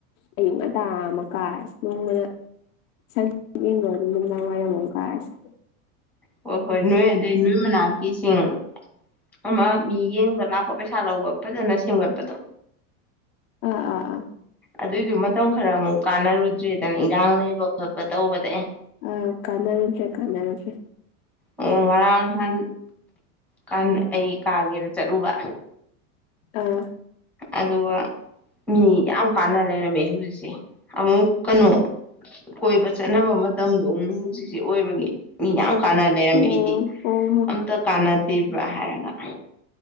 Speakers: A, on the left; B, in the centre.
A: ꯑꯌꯨꯛ ꯉꯟꯇꯥ ꯑꯃ ꯀꯥꯔꯁ ꯅꯣꯡꯃꯅ ꯁꯟ ꯌꯦꯡ ꯅꯨꯃꯤꯗꯥꯡ ꯋꯥꯏꯔꯝꯣꯝ ꯀꯥꯔꯁꯦ
B: ꯍ ꯍꯣꯏ ꯅꯦ ꯂꯩ ꯅꯨꯨꯏ ꯃꯅꯥꯀꯤꯁꯤꯡ ꯑꯃ ꯃꯤ ꯌꯦꯡꯕ ꯂꯥꯛꯄ ꯄꯩꯁꯥ ꯂꯧꯕ ꯐꯖꯅ ꯁꯦꯝꯒꯠꯄꯗꯣ
A: ꯑꯥ ꯑꯥ ꯑꯥ
B: ꯑꯗꯨꯏꯗꯨꯣ ꯃꯇꯝ ꯈꯔ ꯑꯃꯨꯛ ꯀꯥꯟꯅꯔꯨꯗ꯭ꯔꯦꯗꯅ ꯏꯔꯥꯡ ꯂꯩꯕ ꯈꯣꯠꯄ ꯇꯧꯕꯗ ꯑꯦ
A: ꯑ ꯀꯥꯟꯅꯔꯁꯦ ꯀꯥꯟꯅꯔꯁꯦ
B: ꯑꯣ ꯃꯔꯔꯥꯡ ꯍꯥꯟ ꯀ ꯑꯩ ꯀꯥꯒꯦꯗ ꯆꯠꯂꯨꯕ
A: ꯑꯥ
B: ꯑꯗ ꯋꯥ ꯃꯤ ꯌꯥꯝ ꯀꯥꯟꯅ ꯂꯩ ꯃꯦꯍ ꯑꯃꯨꯛ ꯀꯩꯅꯣ ꯀꯣꯏꯕ ꯆꯠꯅꯕ ꯃꯇꯝꯗꯣ ꯑꯃꯨꯛ ꯍꯧꯖꯤꯛ ꯁꯤ ꯑꯣꯏꯕꯅꯤ ꯃꯤ ꯌꯥꯝ ꯀꯥꯟꯅ ꯂꯩꯔꯝꯃꯦ
A: ꯑꯣ
B: ꯑꯩꯗꯤ
A: ꯑꯣ
B: ꯑꯝꯇ ꯀꯥꯟꯅꯗꯔꯤꯕ꯭ꯔꯥ ꯍꯥꯏꯔ ꯑ